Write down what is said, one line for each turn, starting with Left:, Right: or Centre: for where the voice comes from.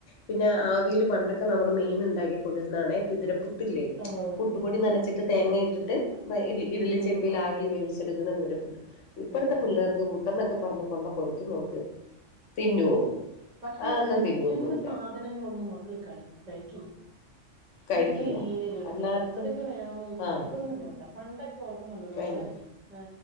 Left: പിന്നെ ആവീല് പണ്ടൊക്കെ നമ്മള് മീൻ ഇണ്ടാക്കി രുന്നാണേ പ്ത്‌ര പുട്ടില്ലേ
Right: അതെ അതെ
Left: പുട്ടുപൊടി നനച്ചിട്ട്
Right: ആ
Left: തേങ്ങ ഇട്ടിട്ട് മയ് ഇഡ് ഇഡലി
Right: അതെ
Left: ചെമ്പില് ആവീല് വേവിച്ച് എട്ക്ക്ന്ന മുതിര പുട്ട് ഇപ്പോഴത്തെ
Right: ഉം
Left: പിള്ളേർക്ക്
Right: ഉം
Left: പുട്ടന്നക്കെ പറഞ്ഞ് കൊണ്ട കൊടുത്തു നോക്ക് തിന്നുവോ
Right: അതെ പക്ഷെ
Left: അതൊന്നും
Right: കഴിക്കേണ്ട
Left: തിന്നുവൊന്നുമില്ല
Right: സാധനങ്ങളൊന്നും വ ക്കള് കഴി കഴിക്കില്ല
Left: കഴിക്കില്ല
Right: ചെറിയ മീന്കള്
Left: അല്ലാത്ത
Right: അതക്കെ വേണോന്ന് <unintelligible>
Left: ആഹ്
Right: അതൊന്നും വേണ്ട പണ്ടക് പ്പൊ ഓർക്കൊന്നുണ്ട് നമ്മടെ
Left: വേണ്ട
Right: ആ